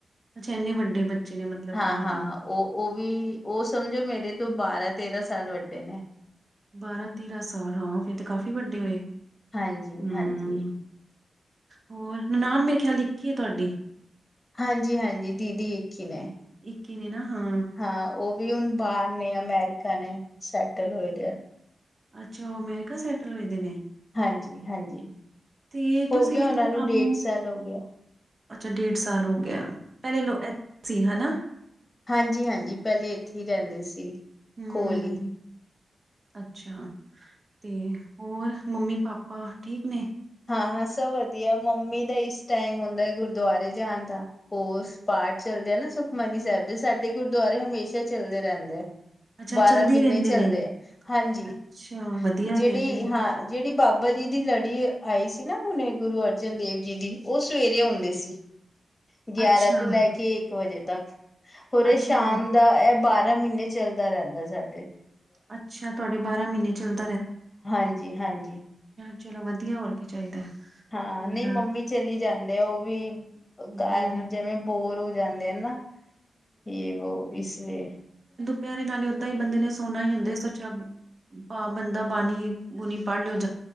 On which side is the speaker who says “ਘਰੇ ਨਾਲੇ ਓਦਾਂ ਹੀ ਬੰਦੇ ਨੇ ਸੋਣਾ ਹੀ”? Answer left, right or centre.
Right